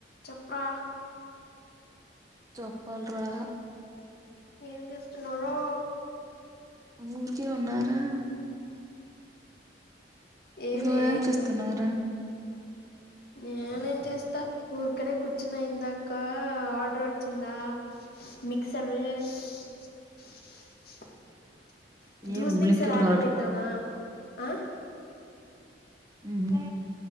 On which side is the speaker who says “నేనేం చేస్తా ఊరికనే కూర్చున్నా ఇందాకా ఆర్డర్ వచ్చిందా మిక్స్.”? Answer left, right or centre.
Left